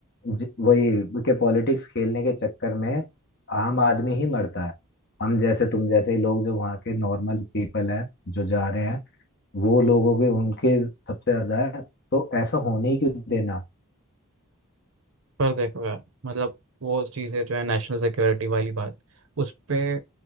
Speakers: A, on the left; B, on the right.
A: ज- वही के पॉलिटिक्स खेलने के चक्कर में आम आदमी ही मरता है हम जैसे तुम जैसे ही लोग जो वहाँ के नॉर्मल पीपल हैं जो जा रहे हैं वो लोगों के उनके सबसे ज्यादा है तो ऐसा होने ही क्यों देना
B: पर देखो यार मतलब वो चीज़ें जो है नेशनल सिक्योरिटी वाली बात उस पे